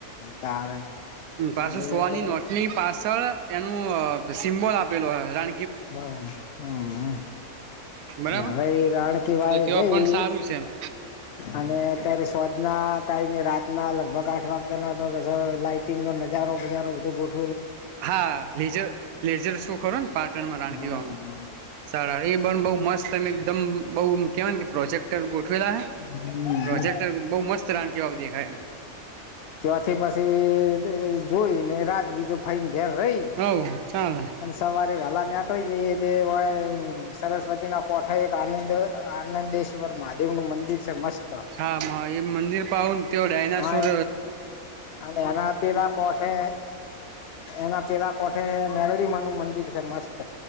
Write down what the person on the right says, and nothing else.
પાસો
સોની
નોટની પાછળ એનું સિમ્બોલ અ આપેલો હો રા
બરાબર
તો તેવા
પણ સારું છે એમ
હા લેઝર લેઝર શો ખરો ને પા ટણમા રાણકીવાવ
માં
સારા એ બ બોવ મસ્ત એમ એકદમ બોવ કેવાય કે પ્રોજેક્ટ ટર ગોઠવેલા હે
પ્રોજેક્ટર બઉ મસ્ત રાણકી વાવ દેખાય એમ
હવ ચાલે
હા મા એ મંદિર પાહન તેઓ ડાયનાસુર